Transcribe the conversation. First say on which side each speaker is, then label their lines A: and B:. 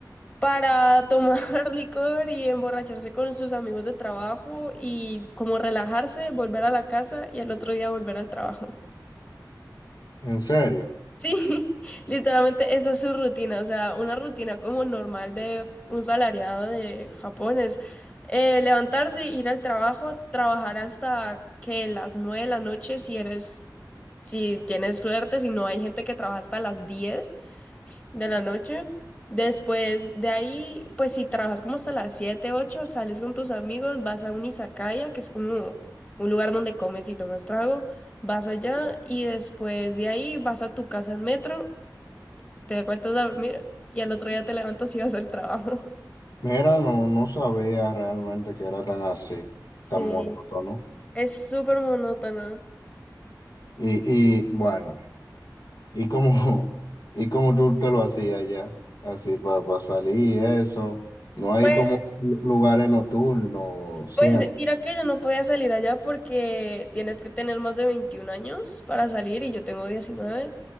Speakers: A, on the left; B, on the left.
A: para tomar <laughs> licor y emborracharse con sus amigos de trabajo y como relajarse, volver a la casa y al otro día volver al trabajo.
B: ¿En serio?
A: Sí, <laughs> literalmente esa es su rutina, o sea, una rutina como normal de un salariado de Japón es eh, levantarse, ir al trabajo, trabajar hasta que las nueve de la noche si eres, si tienes suerte, si no hay gente que trabaja hasta las diez de la noche. Después de ahí, pues si trabajas como hasta las 7 8 sales con tus amigos, vas a un izakaya, que es como un lugar donde comes y tomas trago, vas allá y después de ahí vas a tu casa en metro, te acuestas a dormir y al otro día te levantas y vas al trabajo. <laughs>
B: Mira, no, no sabía realmente que era tan así,
A: Sí,
B: tan monótono.
A: es súper monótono.
B: Y, y bueno, ¿y cómo, <laughs> y cómo tú te lo hacías ya? Así para salir, y eso. No hay
A: Pues
B: como lu- lugares nocturnos siempre.
A: Pues mira que yo no podía salir allá porque tienes que tener más de 21 años para salir y yo tengo diecinueve